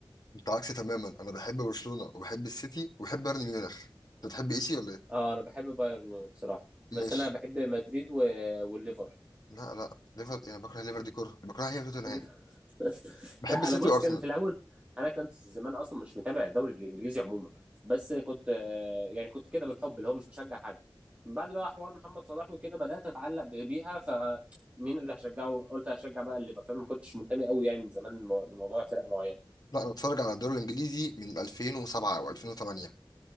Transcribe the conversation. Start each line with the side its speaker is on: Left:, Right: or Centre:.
Left: انت عكسي تماما انا بحب برشلونه وبحب السيتي وبحب بايرن ميونخ انت بتحب ايسي ولا ايه
Right: اه انا بحب بايرن ميونخ صراحه بس
Left: ماشي
Right: انا بحب مدريد و... والليفر
Left: لا لا ليفر يعني بكره ليفر دي كره بكره هي توتنهام
Right: <laughs>
Left: بحب
Right: لا
Left: السيتي
Right: انا بص
Left: وارسنال
Right: كان في الاول انا كنت زمان اصلا مش متابع الدوري الانجليزي عموما بس كنت آه، يعني كنت كده بالحب اللي هو مش بشجع حد من بعد بقى حوار محمد صلاح وكده بدات اتعلق ب- بيها فمين اللي هشجعه قلت هشجع بقى الليفر فما كنتش منتمي قوي يعني من زمان المو- الموضوع فرقه معينه
Left: لا انا بتفرج على الدوري الانجليزي من 2007 او 2008